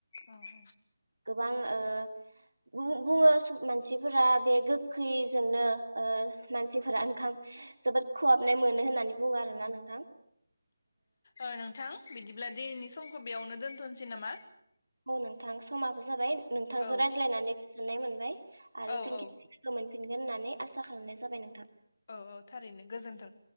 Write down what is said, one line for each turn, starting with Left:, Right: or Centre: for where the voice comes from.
Left: औ औ
Right: गोबां ओ बुङो मानसिफोरा बे गो गोखैजोंनो ओ मानसिफोरा ओंखाम जोबोद खहाबनाय मोनो होननानै बुङो आरो ना नों
Left: ओ नोंथां बिदिब्ला दिनैनि समखौ बेयावनो दोनथ'नोसै नामा
Right: औ नोंथां समाबो जाबाय नोंथांजों
Left: औ
Right: रायज्लायनानै गोजोननाय मोनबाय आरो
Left: औ
Right: फिन
Left: औ
Right: खेबसे लोगो मोन फिनगोन होननानै आसा खालामनाय जाबाय नोंथां
Left: औ औ थारैनो गोजोन्थों